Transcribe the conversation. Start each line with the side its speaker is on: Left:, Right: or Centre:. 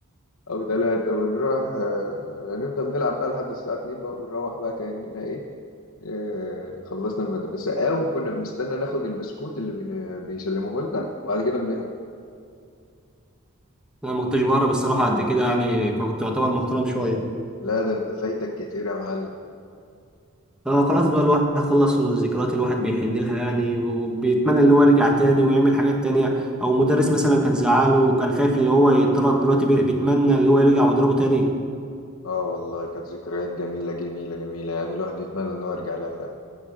Left: او ثلاثه ونروح آه، نفضل نلعب بقى لحد الساعه 2 بقى ونروح بقى كاننا ايه آه، خلصنا المدرسة أو كنا بنستنى ناخد البسكوت اللي بن- بيسلموه لنا وبعد كده بنهرب
Centre: انا ما كنتش بهرب الصراحه قد كده يعني فكنت اعتبر محترم شويه
Left: لا ده أنت فايتك كتير يا معلم
Centre: هو خلاص بقى الواحد خلص والذكريات الواحد بيحن لها يعني وبيتمنى اللي هو يرجع تاني ويعمل حاجات تانية أو مدرس مثلا كان زعله وكان خايف اللي هو يتطرد دلوقتي بي- بيتمنى اللي هو يرجع ويضربه تاني
Left: اه والله كانت ذكريات جميلة جميلة جميلة يعني الواحد يتمنى انه يرجع لها فعلا